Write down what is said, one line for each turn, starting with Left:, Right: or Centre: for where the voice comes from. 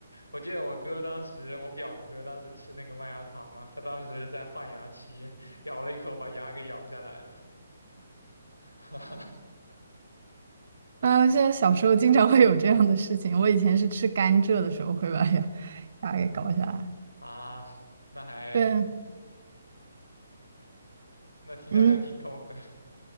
Left: 我记得我哥当时，我表哥当时吃那个麦芽糖嘛，他当时在换牙期，咬了一口把牙给咬下来了。<laughs>
Right: 啊，现在小时候经常会有这样的事情，我以前是吃甘蔗的时候会把牙牙给搞下来。
Left: 啊，那还
Right: 对，
Left: 那听起来还挺痛的。
Right: 嗯，你
Left: <laughs>